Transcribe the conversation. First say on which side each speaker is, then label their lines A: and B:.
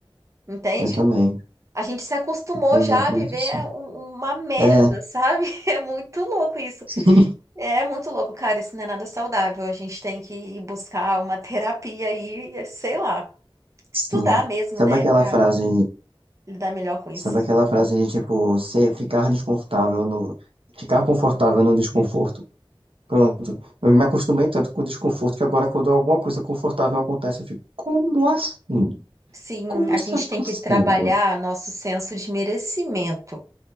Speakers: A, on the right (about 35°); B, on the right (about 80°).
A: entende?
B: eu também,
A: A gente se acostumou
B: eu tô exatamente
A: já a viver
B: assim.
A: um- uma merda,
B: É,
A: sabe? <laughs> É muito louco isso.
B: <laughs>
A: É muito louco, cara. Isso não é nada saudável. A gente tem que ir buscar uma <laughs> terapia e, sei lá, estudar
B: sim.
A: mesmo,
B: Sabe
A: né,
B: aquela
A: Pra
B: frase.
A: lidar melhor com isso.
B: Sabe aquela frase de tipo, se ficar desconfortável no. Ficar confortável no desconforto. Pronto. Eu me acostumei tanto com o desconforto que agora, quando alguma coisa confortável acontece, eu fico, como assim?
A: Sim,
B: Como
A: a
B: isso
A: gente
B: é
A: tem
B: possível?
A: que trabalhar nosso senso de merecimento,